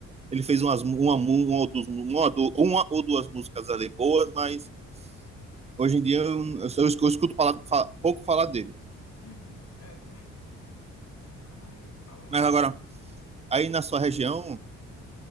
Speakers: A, on the right (about 20°); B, on the left (about 60°).
A: Ele fez umas, mu- uma, mu- uma, ou duas, mu- uma, ou du- uma ou duas músicas ali boas, mas Hoje em dia eu, eu, eu escuto falar- fa- pouco falar dele.
B: Uhum. É, eu também. Nunca mais ouvi falar assim.
A: Mas agora, aí na sua região,